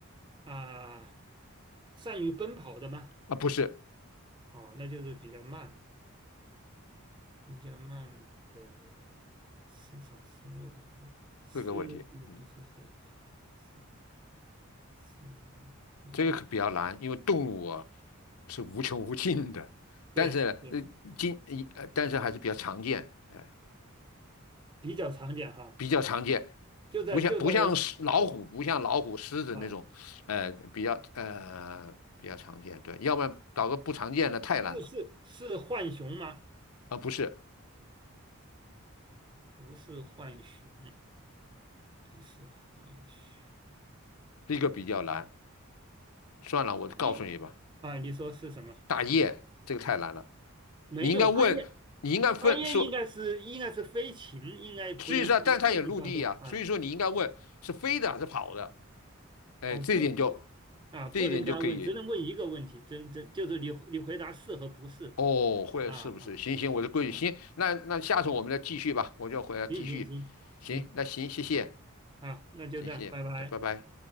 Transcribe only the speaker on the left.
啊不是
四个问题，嗯，
这个可比较难，因为动物啊是无穷无尽的，
但是呃今呃但是还是比较常见，哎。
比较常见，
不像不像狮老虎，不像老虎、狮子那种，
呃，比较呃比较常见。对，要不然搞个不常见的太难了
啊，不是
这个比较难。算了，我告诉你吧，
大雁这个太难了，
你应该问，你应该分说，
所以说，但它也陆地呀、所以说你应该问是飞的还是跑的，哎，
这一点就
这一点就可以。
哦，会是不是？
行行，我的规矩行。
那那下次我们再继续吧，我就回来继续。
行，那行，谢谢。
谢谢，
那拜拜。